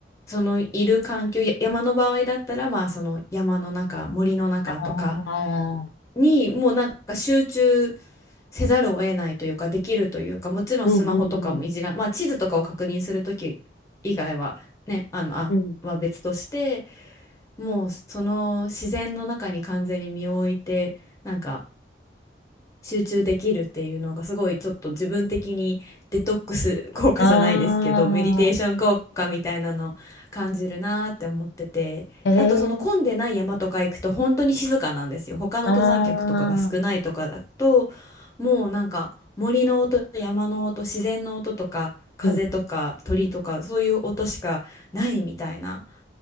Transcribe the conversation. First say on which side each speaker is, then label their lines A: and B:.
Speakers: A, on the left (about 20°); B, on the left (about 75°).
A: そのいる環境、や山の場合だったら、まあその山の中、森の中とか、
B: あー
A: にもうなんか集中せざるを得ないというかできるというかもちろんスマホとかもいじらん、
B: うんうんうん
A: まあ、地図とかを確認する時以外はねあのあは別として
B: うん。
A: もうその自然の中に完全に身を置いてなんか集中できるっていうのがすごいちょっと自分的にデトックス効果じゃないですけどメディテーション効果みたいなの感じるなーって思っててであとその混んでない山とか行くと本当に静かなんですよ他の登山客とかが少ないとかだともうなんか森の音と山の音自然の音とか風とか鳥とかそういう音しかないみたいなっ
B: あー、ええー、あー、うん。